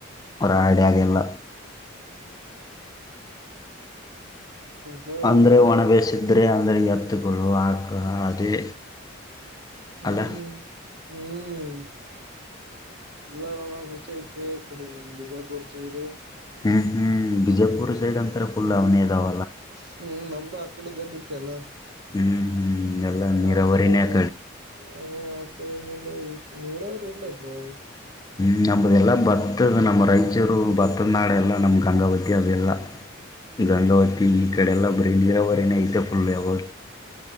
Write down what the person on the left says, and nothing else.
ಒ ಆಡೆ ಆಾಗೆಲ್ಲ
ಅಂದ್ರೆ ಒಣ ಬೇಸಿದ್ರೆ ಅಂದ್ರೆ ಎತ್ತುಗಳು ಆಗ ಅದೇ
ಅಲ್ಲ
ಹ್ಮ್ ಹ್ಮ್ ವಿಜಯಪುರ್ ಸೈಡ್ ಅಂತಾರೆ ುಲ್ ಆ ಅವನದಾವ
ಹ್ಮ್ ಹ್ಮ್ ಎಲ್ಲ ನೀರಾವರಿನೇ
ಆ
ಹ್ಮ ನಮ್ಮದೆ ಎಲ್ಲ ಭತ್ತದ ನಮ್ಮ ರಾಯಚೂರು ಭತ್ತದನಾಾಡು ಎಲ್ಲ ನಮ್ಮ ಗಂಗಾವತಿ ಅದೆಲ್ಲ ಗಂಧಾವತಿ ಈ ಕಡೆಲ್ಲ ಬರಿೀಲಿ ಇರೋವರೇನ ಐತೆ ಫುಲ್ ಯಾವ